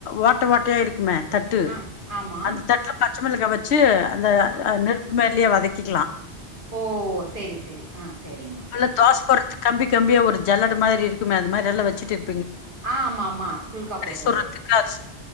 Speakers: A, on the left (about 80°); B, on the right (about 50°).
A: ஓட் ட்ட ஓட்டயா இருக்குமே தட்டுல்
B: ஆ ஆமா
A: அந்த தட்ல பச்ச மெளகா வ ச்சு அந்த
B: ஆ
A: அ நெருப்பு மாரி அதுலயே வதக்கிக்கலா
B: ஓ செரி செரி ஆ சேரிங்மா சேரிங்மா
A: இல்ல தோசை போடுறதுக்கு கம்பி கம்பியா ஒரு ஜல்லட மாரி இருக்குமே அது மாரி இதல்லா வச்சுட்டுரு
B: ஆ ஆமா ஆமா புல்கா போடுறது
A: சுடுறதுக்கு அது